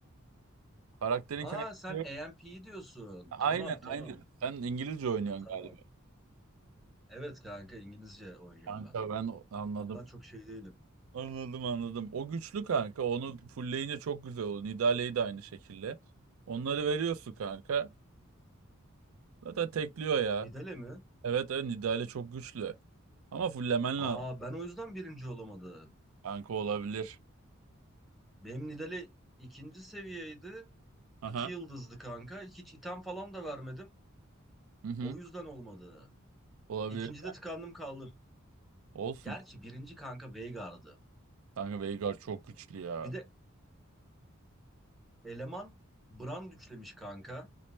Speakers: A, on the right (about 85°); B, in the centre.
A: Karakterin
B: Ha
A: kendisi
B: sen AMP'yi diyorsun.
A: Aynen
B: Tamam tamam.
A: aynen. Sen İngilizce oynuyorsun
B: Ha, tamam.
A: galiba.
B: Evet kanka İngilizce oynuyorum
A: Kanka
B: ben.
A: ben o- anladım.
B: Ondan çok şey değilim.
A: Anladım anladım. O güçlü kanka. Onu fullleyince çok güzel olur. Nidalee'yi de aynı şekilde. Onları veriyorsun kanka. Zaten tekliyor ya.
B: Nidale mi?
A: Evet evet Nidale çok güçlü. Ama fulllemen
B: Aa
A: lazım.
B: ben o yüzden birinci olamadım.
A: Kanka olabilir.
B: Benim Nidalee ikinci seviyeydi.
A: Aha.
B: İki yıldızdı kanka. Hiç item falan da vermedim.
A: Hı hı.
B: O yüzden olmadı.
A: Olabilir.
B: İkincide tıkandım kaldım.
A: Olsun.
B: Gerçi birinci kanka Veigar'dı.
A: Kanka Veigar çok güçlü ya.
B: Bir de eleman Brand üçlemiş kanka.